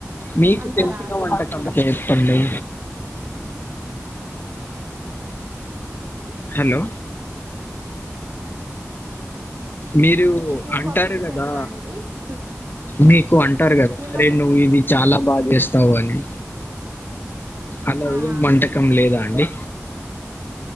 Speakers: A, on the left; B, on the right.
A: మీకు
B: అంత
A: తెలిసిన
B: రాదు
A: వంటకం
B: మాకు కూడా
A: చేప్పండి హలో మీరు
B: మీకు
A: అంటారు
B: పప్పు
A: కదా
B: తెలుసా అండి తి-
A: మీకు అంటారు కదా
B: ఏమని
A: అరే నువ్వు ఇది చాలా బాగా చేస్తావు అని అలా
B: ఆ
A: ఏం వంటకం లేదా అండి